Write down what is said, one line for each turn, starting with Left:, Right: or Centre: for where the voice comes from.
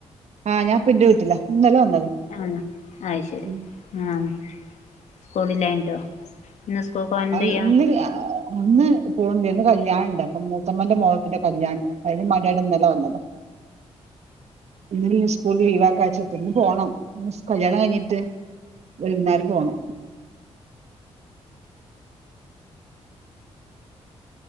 Right: ആ.. ഞാനിപ്പന്റെ വീട്ടിലാ, ഇന്നല്ലേവന്നത്.
Left: ആഹ് അത് ശരി
Right: ഉം
Left: ആഹ് സ്കൂളില്ലാഞ്ഞിട്ടോ ഇന്ന് സ്കൂൾക്ക് പോവാൻ
Right: അ,
Left: എന്തെയ്യാ
Right: ഇന്നില്ല. ഇന്ന് പോണ്ടന്ന്, കല്യാണിണ്ട്, അപ്പൊ മൂത്തമ്മന്റെ, മോളെ കുട്ടിന്റെ, കല്യാണണ്ട്, അപ്പൊ അയ്‌നുംമാണ്ടി ന്നലെ, വന്നത. ഇന്നിന്നെ, സ്കൂൾ, ലീവാക്കാച്ചിട്ട് ന്ന്, പോണം, ന്ന്, കല്യാണം, കഴിഞ്ഞിട്ട് വൈകുന്നേരം, പോണം.